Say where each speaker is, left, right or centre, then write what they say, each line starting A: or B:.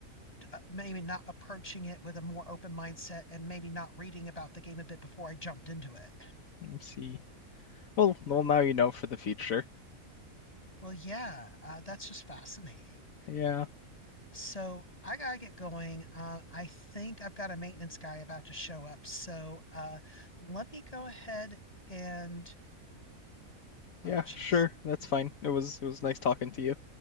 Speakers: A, on the left; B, on the left.
A: uh, maybe not approaching it with a more open mindset and maybe not reading about the game a bit before I jumped into it.
B: Let me see. Well, well now you know for the future.
A: Well, yeah, uh, that's just fascinating.
B: Yeah.
A: So I gotta get going. Uh, I think I've got a maintenance guy about to show up. So uh, let me go ahead and
B: Yeah,
A: oh, geez,
B: sure. That's fine. It was it was nice talking to you.